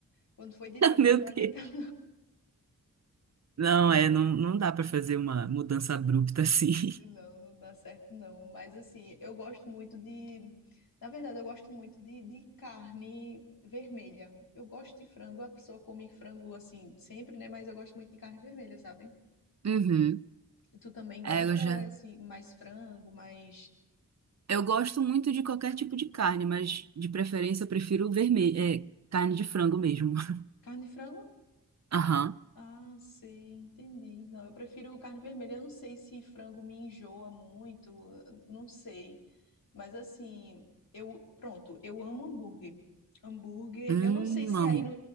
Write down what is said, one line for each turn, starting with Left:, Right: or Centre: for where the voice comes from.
Left: Quando foi de
Right: <laughs>
Left: tarde,
Right: Meu
Left: eu não
Right: Deus.
Left: aguentava
Right: Não,
Left: não.
Right: é, não,
Left: <laughs>
Right: não dá pra fazer uma mudança abrupta assim.
Left: Não,
Right: <laughs>
Left: não dá certo não. Mas assim, eu gosto muito de, na verdade, eu gosto muito de, de carne vermelha. Eu gosto de frango, a pessoa come frango assim sempre, né? Mas eu gosto muito de carne vermelha, sabe?
Right: Uhum.
Left: Tu também
Right: É,
Left: gosta
Right: eu já.
Left: ou é assim mais frango, mais
Right: Eu gosto muito de qualquer tipo de carne, mas de preferência eu prefiro vermelho, é, carne de frango mesmo. <laughs>
Left: carne de frango?
Right: Aham.
Left: Ah, sei, entendi. Não, eu prefiro carne vermelha. Eu não sei se frango me enjoa muito, eu não sei. Mas assim, eu, pronto, eu amo hambúrguer. Hambúrguer,
Right: Hum,
Left: eu não sei se
Right: amo.
Left: aí no,